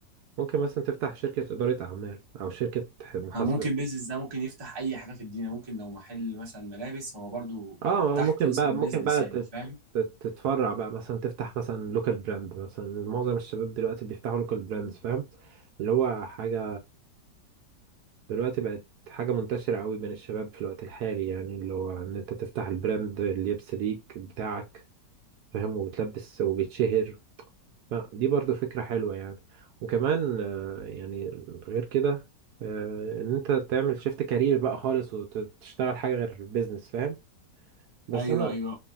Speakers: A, on the right; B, on the right.
A: ممكن مثلا تفتح شركة إدارة أعمال أو شركة محاسبة
B: آه، ممكن بيزنس ده ممكن يفتح اي حاجه في الدنيا ممكن لو محل مثلا ملابس هو برضو
A: اه
B: تحت
A: ممكن
B: اسم
A: بقى
B: البيزنس
A: ممكن بقى
B: يعني
A: تت-
B: فاهم
A: تت- تتفرع بقى مثلا تفتح مثلا لوكال براند مثلا معظم الشباب دلوقتي بيفتحوا لوكال براندز فاهم اللي هو حاجة دلوقتي بقت حاجة منتشرة قوي بين الشباب في الوقت الحالي يعني اللي هو إن أنت تفتح البراند اللي يبس ليك بتاعك فاهم وبتلبس وبيتشهر فدي برضو فكرة حلوة يعني وكمان آه، يعني غير كده آه، ان انت تعمل شيفت كارير بقى خالص وتشتغل حاجة غير البيزنس فاهم بس
B: ايوه
A: انا
B: ايوه